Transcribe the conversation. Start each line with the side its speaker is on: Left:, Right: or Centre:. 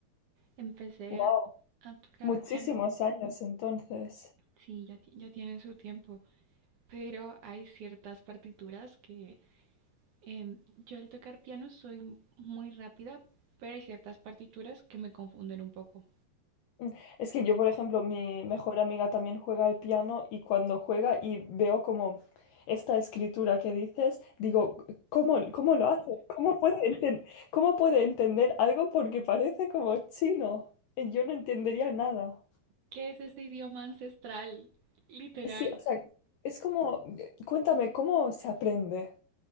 Right: empecé
Left: Wow,
Right: a, a tocar
Left: muchísimos
Right: piano
Left: años entonces.
Right: Sí, ya, ti- ya tienen su tiempo, pero hay ciertas partituras que em, yo al tocar piano soy muy rápida, pero hay ciertas partituras que me confunden un poco.
Left: Mm, Es que yo, por ejemplo, mi mejor amiga también juega al piano y cuando juega y veo como esta escritura que dices, digo, ¿cómo, cómo lo hace? ¿Cómo puede enten- cómo puede entender algo porque parece como chino? Y Yo no entendería nada.
Right: ¿Qué es ese idioma ancestral? Literal.
Left: Sí, o sea, es como, cuéntame, ¿cómo se aprende?